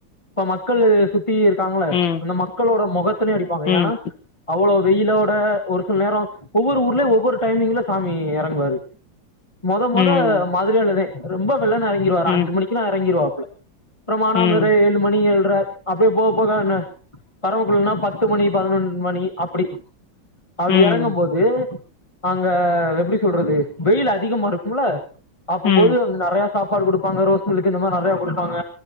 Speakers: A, on the left (about 15°); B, on the left (about 75°).
A: ப்ப மக்கள்ளு சுத்தி இருக்காங்கள
B: ம்
A: அந்த மக்களோட மொகத்துலயு அடிப்பாங்க
B: ம்
A: ஏனா அவ்ளோ வெய்லோட ஒரு சில்நேரோ ஒவ்வொரு ஊர்லய ஒவ்வொரு டைமிங்ல சாமி எறங்குவாரு மொத மொத
B: ம்
A: மதுரையிலதா ரொம்ப வெள்ளைன்ன எறங்கிருவாரு
B: ம்,
A: அஞ்சு மணிக்குலா எறங்கிருவாப்புல பிரமாணம்
B: ம்,
A: அந்திர ஏழு மணி ஏழ்ர அப்டியே போக போக என்ன பரம்மக்குடிள்ன்னா பத்து மணி பதினொன்னு மணி அப்டி அப்டி
B: ம்,
A: எறங்கும் போது அங்க எப்டி சொல்றது வெயில் அதிகமா இருக்கும்ல அப்பம்
B: ம்,
A: போது அங்க நெறையா சாப்பாடு குடுப்பாங்க ரோஸ் மில்க்கு இந்த மார் நெறைய குடுப்பாங்க